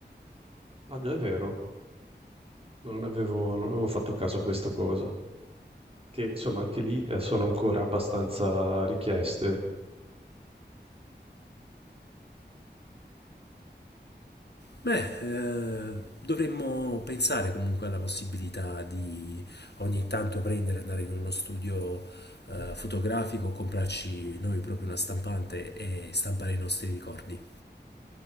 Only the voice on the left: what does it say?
Beh, eh, dovremmo pensare comunque alla possibilità di ogni tanto prendere, andare in uno studio eh, fotografico, comprarci noi proprio una stampante e stampare i nostri ricordi.